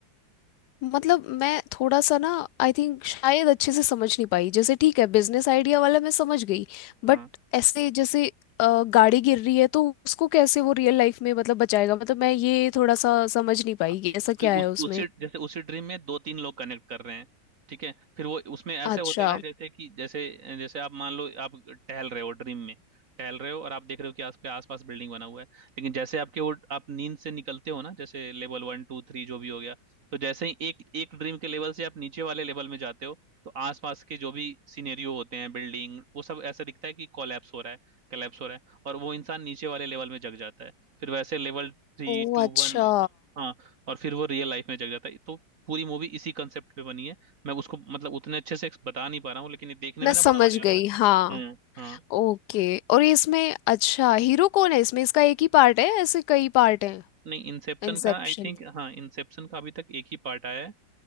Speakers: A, on the left (about 70°); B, on the right (about 50°).
A: मतलब मैं थोड़ा सा ना आई थिंक शायद अच्छे से समझ नहीं पाई जैसे ठीक है बिजनेस आइडिया वाला मैं समझ गई बट
B: हाँ
A: ऐसे जैसे अ, गाड़ी गिर रही है तो उसको कैसे वो रियल लाइफ में मतलब बचाएगा मतलब मैं ये थोड़ा सा समझ नहीं पाई
B: हाँ,
A: कि
B: क्योंकि
A: ऐसा क्या है
B: उस
A: उसमें
B: उसी जैसे उसी ड्रीम में दो तीन लोग कनेक्ट कर रहे हैं ठीक है फिर वो उसमें ऐसे
A: वो अच्छा
B: होता है ना जैसे कि जैसे जैसे आप मान लो आप टहल रहे हो ड्रीम में टहल रहे हो और आप देख रहे हो कि आस पे आसपास बिल्डिंग बना हुआ है लेकिन जैसे आपके वो आप नींद से निकलते हो ना जैसे लेवल वन टू थ्री जो भी हो गया तो जैसे ही एक एक ड्रीम के लेवल से आप नीचे वाले लेवल में जाते हो तो आसपास के जो भी सिनेरियो होते हैं बिल्डिंग वो सब ऐसा दिखता है कि कोलैप्स हो रहा है कोलैप्स हो रहा है और वो इंसान नीचे वाले लेवल में जग जाता है फिर वैसे लेवल थ्री
A: ओ
B: टू
A: अच्छा
B: वन और फिर वो रियल लाइफ में जग जाता है तो पूरी मूवी इसी कंसेप्ट पे बनी है मैं उसको मतलब उतने अच्छे से बता नहीं पा रहा हूँ लेकिन ये देखने
A: मैं
B: में ना
A: समझ
B: बड़ा मजा आता
A: गई
B: है
A: हाँ
B: हम्म हाँ
A: ओके और ये इसमें अच्छा हीरो कौन है इसमें इसका एक ही पार्ट है ऐसे कई पार्ट हैं
B: नहीं इंसेप्शन
A: इंसेप्शन
B: का आई थिंक हाँ इंसेप्शन का अभी तक एक ही पार्ट आया है